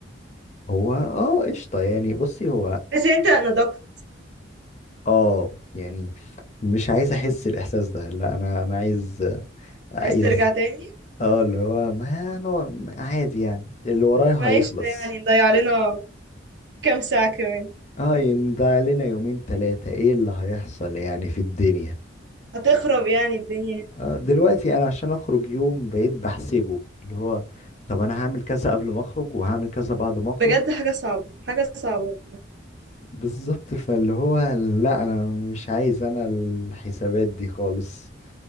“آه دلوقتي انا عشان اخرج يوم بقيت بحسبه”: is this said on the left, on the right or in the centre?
Left